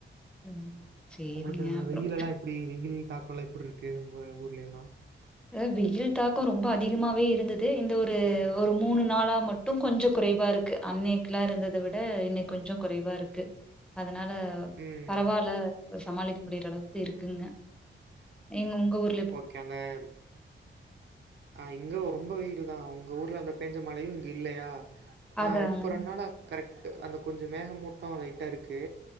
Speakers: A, in the centre; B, on the right.
A: ம் செரிங்க
B: உங்களுக்கு இந்த
A: அப்றோ
B: வெயிலெல்லாம் எப்படி வெயில் தாக்கோல்லா எப்பட்ருக்கு உங்க ஊர்லே எல்லா
A: அ வெயில் தாக்கோ ரொம்ப அதிகமாவே இருந்துது இந்த ஒரு ஒரு மூணு நாளா மட் டும் கொஞ்சோ குறைவா இருக்கு அன்னைக்குல்லா இருந்தத விட இன்னைக் கொஞ்சோ குறைவா இருக்கு அதனால அ
B: ம்.
A: பரவால இப்ப சமாளிக்க முடியிற அளவுக்கு இருக்குங்க ஏங்க உங்க ஊர்
B: ஓகே மேம் அ இங்க ரொம்ப வெயில் தா உங்க ஊர்ல அந்த பெஞ்ச மழையு இங்க இல்லையா ஆ
A: அதாங்க.
B: இப்ப ரெண்டு நாளா கரெக்ட்டு அந்த கொஞ்சோ மேகமூட்டோ லைட்டா இருக்கு